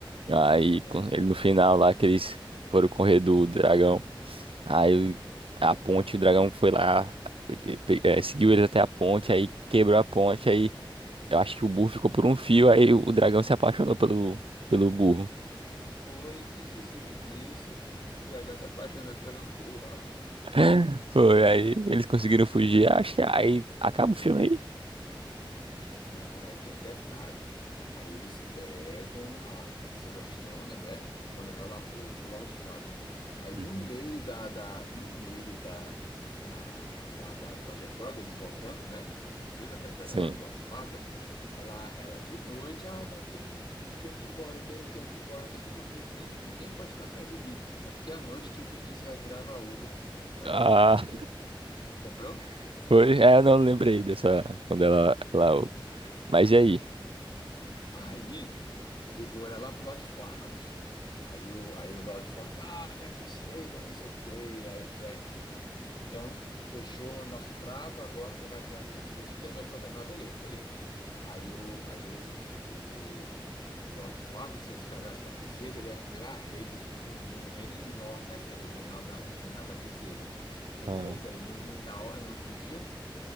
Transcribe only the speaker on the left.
É.
Ah,
ah, foi, tinha esquecido disso, que o dragão se apaixonou pelo burro.
Não, aí tem um detalhe. Aí eles pegam a princesa Fiona, né, e vão levar lá pro, pro Lord Farquaad. Aí no
meio da, da- no meio da, da, da, da trajetória deles voltando, né, com a princesa para entregar
lá pro Lord Farquaad, ela, ela de noite, ah, não, eu tenho que, eu tenho que ir embora, eu tenho, eu tenho que ir embora, eu tenho que dormir, ninguém, ninguém pode ficar perto de mim. É porque à noite tinha um feitiço, ela virava ogra, ela virava
ogro também. Lembrou?
Aí levou ela lá pro Lord Farquaad. Aí o, aí o Lord Farquaad, ah, minha princesa, não sei o quê. Aí o Shrek, "F- então, fechou o nosso trato, agora você vai tirar aqueles bichos tudo da minha Pantanal, beleza, beleza. Aí o, aí o, o, o Lord Farquaad, se ele se casasse com a princesa, ele ia virar rei de um de um- de um reino enorme, né? Que era o reinado da, o reinado da princesa. Aí,
pô, velho, no, no, na hora- no, no dia.